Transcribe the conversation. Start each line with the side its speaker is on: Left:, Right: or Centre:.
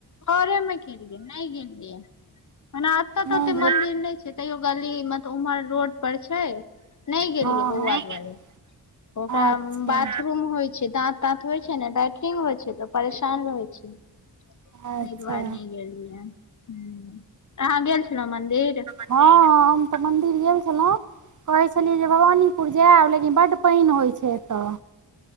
Left: घरेमे केलियै नहि गेलियै ओना एतऽ तऽ
Right: नहि
Left: ओते मंदिर
Right: गेल
Left: नहि छै तैयो गली में तऽ उम्हर रोड पर छै नहि गेलियै
Right: हँ
Left: बौआ
Right: हँ
Left: दुआरे ओकरा
Right: अच्छा
Left: बाथरूम होइ छै दाँत-ताँत होइ छै ने लैट्रिन होइ छै तऽ परेशान रहै छै
Right: अच्छा
Left: तैय दुआरे नहि गेलियै ह अहाँ गेल छलहुँ मंन्दिर
Right: हँ हम तऽ मंदिर गेल छलौ कहै छलियै जे भवानीपुर जायब लेकिन बड्ड पइन होय छै ऐतऽ